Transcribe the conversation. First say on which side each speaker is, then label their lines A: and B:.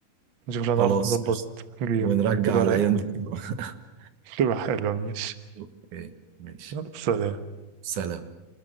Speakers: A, on the right; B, on the right.
A: نشوف لو
B: خلاص
A: نعرف نظبط جيم
B: ونرجع
A: تبقى
B: الايام
A: رايقة
B: دي <laughs>
A: تبقى حلوة ماشي
B: اوكي ماشي
A: يلا سلام
B: سلام